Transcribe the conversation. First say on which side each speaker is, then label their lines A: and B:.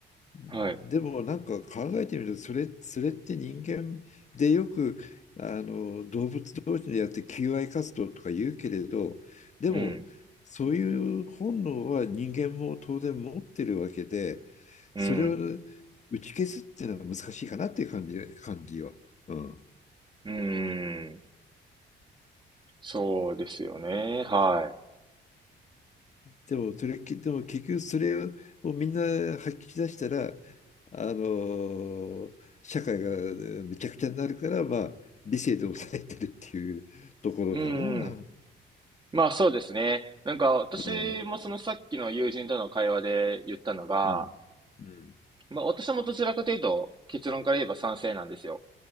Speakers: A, on the left; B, on the right.
A: でもなんか考えてみると、
B: はい。
A: それ、それって人間でよく、あの、動物同士でやって求愛活動とか言うけれど、でも、
B: うん。
A: そういう本能は人間も当然持ってるわけで、
B: うん。
A: それを打ち消すっていうのは難しいかなっていう感じ、感じよ。うん。
B: うん。そうですよね。は
A: でも、それ、きでも結局それをみんな吐き出したら、あの、社会がえーめちゃくちゃになるから、まあ、理性で抑えてるっていうところかな。
B: い。うん。まあそうですね。なんか私もそのさっきの友人との会話で言ったのが、
A: うん。うん。うん。
B: まあ私もどちらかというと結論から言えば賛成なんですよ。